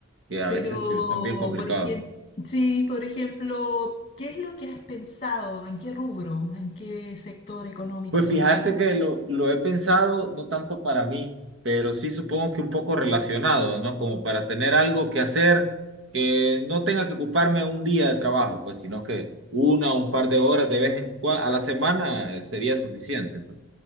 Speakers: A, on the right; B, on the left.
A: que a
B: Pero,
A: veces sí son bien complicadas.
B: por ejemplo, sí, por ejemplo, ¿qué es lo que has pensado? ¿En qué rubro? ¿En qué sector económico
A: Pues
B: te
A: fíjate
B: gustaría?
A: que lo, lo he pensado no tanto para mí, pero sí supongo que un poco relacionado, ¿no? Como para tener algo que hacer que no tenga que ocuparme un día de trabajo, pues, sino que una o un par de horas de vez en cuando a la semana eh, sería suficiente, pues.